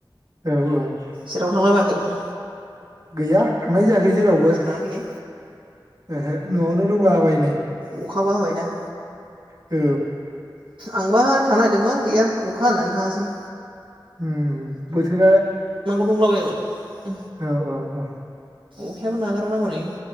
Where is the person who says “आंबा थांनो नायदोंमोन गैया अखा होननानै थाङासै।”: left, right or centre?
Right